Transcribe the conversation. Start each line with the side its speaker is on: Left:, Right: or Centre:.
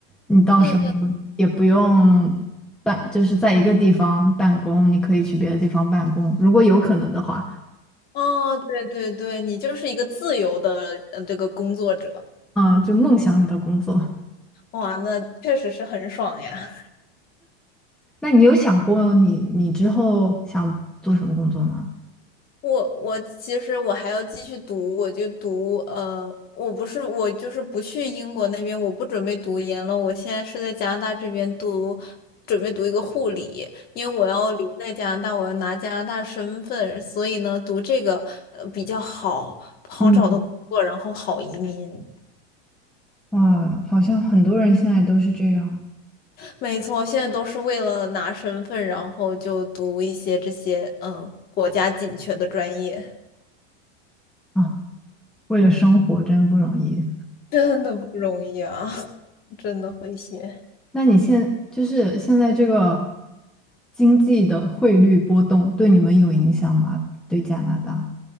Centre: 你到时候
Left: 嗯嗯，
Centre: 也不用办，就是在一个地方办公，你可以去别的地方办公，如果有可能的话，
Left: 哦，对对对，你就是一个自由的呃这个工作者，
Centre: 嗯，就梦想你的工作。
Left: 哇，那确实是很爽呀。
Centre: 那你有想过你你之后想做什么工作吗？
Left: 我我其实我还要继续读，我就读呃，我不是我就是不去英国那边，我不准备读研了，我现在是在加拿大这边读，准备读一个护理，因为我要留在加拿大，我要拿加拿大身份，所以呢，读这个呃比较好，好找的工作，
Centre: 嗯，
Left: 然后好移民。
Centre: 哇，好像很多人现在都是这样
Left: 没错，现在都是为了拿身份，然后就读一些这些嗯、呃国家紧缺的专业，
Centre: 啊，为了生活真不容易。
Left: <laughs> 真的不容易啊，<laughs> 真的会写。
Centre: 那你现就是现在这个经济的汇率波动对你们有影响吗？对加拿大，